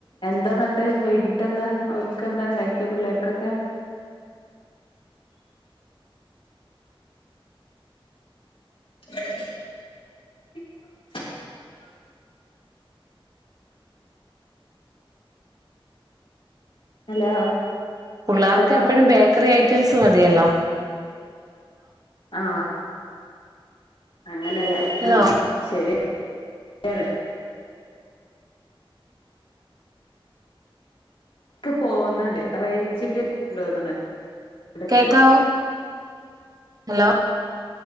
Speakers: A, on the left; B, on the right.
A: എന്താന്ന്ട്ട് വൈകി- എന്നിട്ട് എന്താ ഓൽക്കെന്താ ണ്ടാക്കേ പിള്ളേർക്കൊക്കേ <unintelligible> ഹലോ
B: പിള്ളേർക്കെപ്പഴും
A: ഹലോ
B: ബേക്കറി ആ- ഐറ്റംസ് മതിയല്ലോ
A: ആ അങ്ങനെ ലേ
B: ഹലോ
A: ആ ശരിയാണ് ഏത് ഇടയ്ക്കു പോവുന്നുണ്ട് റെയ്ഞ്ചിൻ്റെ തോന്ന്ണ് എടക്ക്
B: കേക്കാവോ ഹലോ